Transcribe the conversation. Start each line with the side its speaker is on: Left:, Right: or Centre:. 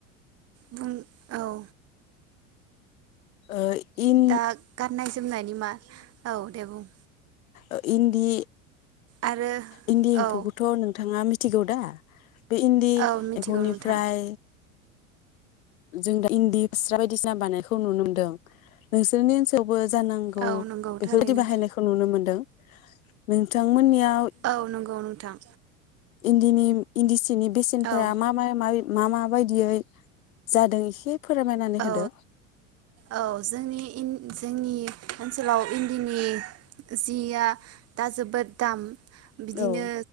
Right: बुं औ
Left: ओ इन
Right: दा गानाय जोमनायनि मा औ दे बुं
Left: ओ इनदि
Right: आरो
Left: इनदि एमफौखौथ'
Right: औ
Left: नोंथाङा मि थिगौ दा बे इनदि
Right: औ मिथिगौ
Left: एमफौनिफ्राय
Right: नोंथां
Left: जों दा इनदि फास्रा बायदिसिना बानायखौ नुनो मोनदों नोंसोरनि ओनसोलाव बो जानांगौ
Right: औ नंगौ
Left: बेफोरबायदि
Right: थारैनो
Left: बाहायनायखौ नुनो मोनदों नोंथांमोननिया
Right: औ नोंगौ नोंथां
Left: इन्दिनि इन्दिसि नि बेसेनफोरा
Right: औ
Left: मा मा माइ मा मा बायदियै जादों एसे फोरमायनानै
Right: औ
Left: होदो
Right: औ जोंनि इन जोंनि ओनसोलाव इन्दिनि जिया दा जोबोद दाम बिदिनो
Left: औ